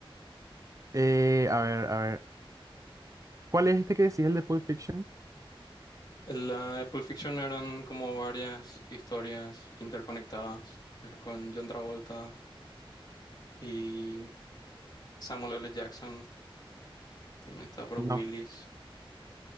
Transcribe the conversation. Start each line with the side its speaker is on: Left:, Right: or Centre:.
Right: Eh, a ver, a ver. ¿Cuál es este que decís, el de Pulp Fiction?
Left: La de Pulp Fiction eran como varias historias interconectadas eh, con John Travolta y Samuel L. Jackson. También está Bruce
Right: No
Left: Willis.